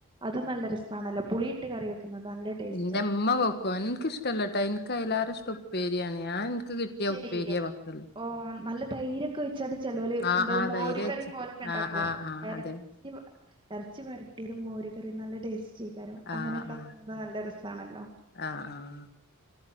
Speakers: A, on the right; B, on the left.
A: അത് നല്ല രസാണല്ലോ പുളിയിട്ട് കറി വെക്കുന്നത് നല്ല ടേസ്റ്റ്
B: ന്റെമ്മ
A: ആണ്
B: വെക്കു നിക്കിഷ്ടല്ല ട്ടാ എനക്ക് അയിലേരെ ഇഷ്ടം ഉപ്പേരിയാണ് ഞാൻ എനിക്ക് കിട്ടിയ
A: അത് ശരി
B: ഉപ്പേരിയ വെക്കല്
A: ഓ നല്ല തൈരൊക്കെ ഒഴിച്ചണ്ട് ചിലൊരു
B: ആഹ്
A: എന്തോ
B: ആഹ്
A: മോരു
B: തൈര് വെച്ച്
A: കറി <unintelligible> ഇണ്ടക്കു
B: ആഹ് ആഹ് ആഹ്
A: എറച്ചി
B: അതെ
A: എ റച്ചി വരട്ടിയത് മോര് കറി നല്ല ടേസ്റ്റ് <unintelligible>
B: ആഹ്
A: അങ്ങനെ ഇ ണ്ടാക്കുന്നത്
B: ആഹ്
A: നല്ല രസാണല്ലോ
B: ആഹ് ആഹ്